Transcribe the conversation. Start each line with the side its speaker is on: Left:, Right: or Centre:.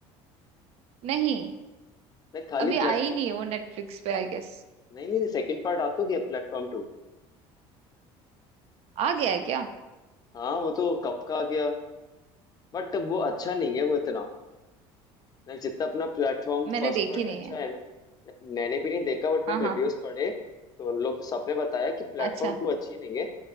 Right: नहीं
Left: लाइक खाली
Right: अभी
Left: प्लेटफॉर्म
Right: आई नहीं है वो नेटफ्लिक्स पे आई गेस
Left: नहीं नहीं सेकंड पार्ट आता क्या प्लेटफॉर्म टू
Right: आ गया है क्या
Left: हाँ वो तो कब का आ गया बट वो अच्छा नहीं है वो इतना लाइक जितना अपना प्लेटफॉर्म
Right: मैंने
Left: फर्स्ट
Right: देखी
Left: पार्ट
Right: नहीं
Left: अच्छा
Right: है
Left: है ना Like, मैंने भी नहीं देखा बट
Right: हाँ
Left: मैंने
Right: हाँ
Left: रिव्यूज पढ़े तो उन लोग सबने बताया कि प्लेटफॉर्म
Right: अच्छा
Left: टू अच्छी नहीं है